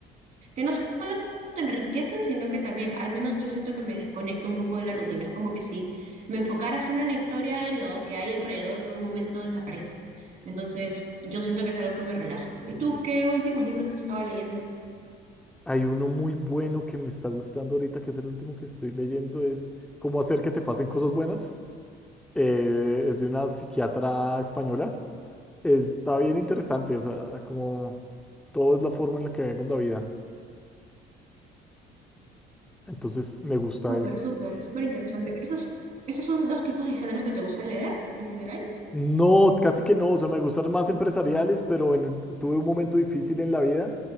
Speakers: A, on the right; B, in the centre.
A: que no solo te enriquecen, sino que también, al menos yo siento que me desconecto un poco de la rutina. Es como que si me enfocara solo en la historia y lo que hay alrededor por un momento desaparece. Entonces, yo siento que es algo que me relaja. ¿Y tú qué últimos libros has estado leyendo?
B: Hay uno muy bueno que me está gustando ahorita, que es el último que estoy leyendo, es Cómo hacer que te pasen cosas buenas. Eh, es de una psiquiatra española. Está bien interesante, o sea, como todo es la forma en la que vemos la vida. Entonces me gusta
A: Súper,
B: eso.
A: súper, súper interesante. ¿Esos, esos son los tipos de géneros que te gustan leer en general?
B: No, casi que no, o sea, me gustan más empresariales, pero en- tuve un momento difícil en la vida